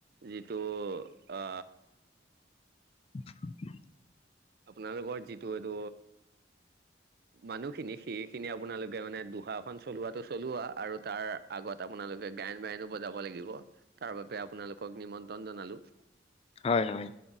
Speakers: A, on the right; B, on the left.
A: যিটো আ
B: <unintelligible>
A: আপোনালোকৰ যিটো এইটো মানুহখিনি সে খিনি আপোনালোকে মানে দুহাখন চলোৱাটো চলোৱা আৰু তাৰ আগত আপোনালোকে গায়ন বায়নো ব বজাব লাগিব তাৰ বাবে আপোনালোকক নিমন্ত্ৰণ জনালো।
B: হয় হয়